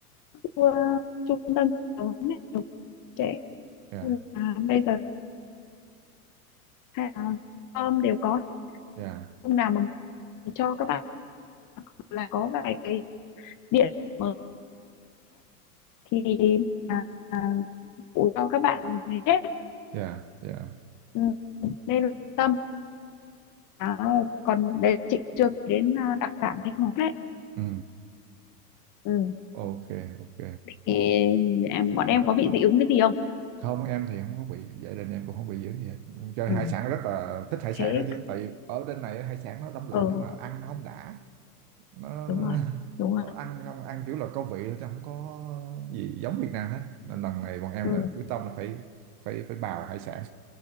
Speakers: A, on the left; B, on the right.
A: uh, trung tâm giáo dục trẻ
B: yeah
A: là bây giờ hay là đều có
B: yeah
A: hôm nào mà mình cho các bạn là có vài cái điện mở thì à, à, cho các bạn hết
B: yeah yeah
A: ừ, nên tâm à, còn đấy chị chưa đến à, đặc sản thanh hóa đấy
B: ừ
A: ừ
B: ok ok
A: thì em bọn em có bị dị ứng cái gì không
B: không em thì không có bị gia đình em cũng không bị dữ gì hết chơi
A: ừ
B: hải sản rất là thích hải
A: thế
B: sản đó chứ tại vì ở bên này hải sản nó đông lạnh
A: ừ
B: cơ mà ăn nó không đã nó,
A: đúng
B: nó,
A: rồi đúng rồi
B: nó ăn không ăn kiểu là có vị thôi chứ không có gì giống Việt Nam hết nên lần này bọn em
A: ừ
B: là quyết tâm là phải phải phải bào hải sản